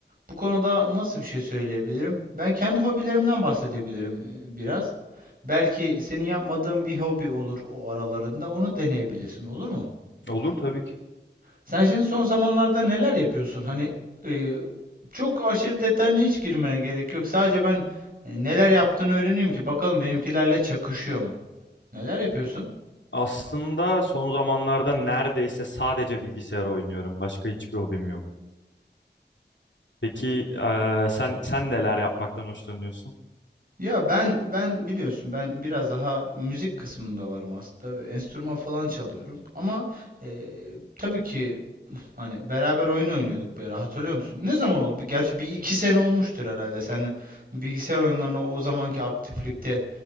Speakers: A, on the right; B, on the left.
A: bu konuda nasıl bir şey söyleyebilirim? Ben kendi hobilerimden bahsedebilirim e, biraz. Belki senin yapmadığın bir hobi olur o aralarında. Onu deneyebilirsin, olur mu?
B: Olur tabii ki.
A: Sen şimdi son zamanlarda neler yapıyorsun? Hani e, çok aşırı detayına hiç girmeye gerek yok. Sadece ben e, neler yaptığını öğreneyim ki bakalım benimkilerle çakışıyor mu? Neler yapıyorsun?
B: Aslında son zamanlarda neredeyse sadece bilgisayar oynuyorum. Başka hiçbir hobim yok. Peki e, sen sen neler yapmaktan hoşlanıyorsun?
A: Ya ben ben biliyorsun ben biraz daha müzik kısmında varım aslında. Enstrüman falan çalıyorum. Ama e, tabii ki hani beraber oyun oynuyorduk bir ara hatırlıyor musun? Ne zaman oldu? Bir- Gerçi bir iki sene olmuştur herhalde. Sen bilgisayar oyunlarına o zamanki aktiflikte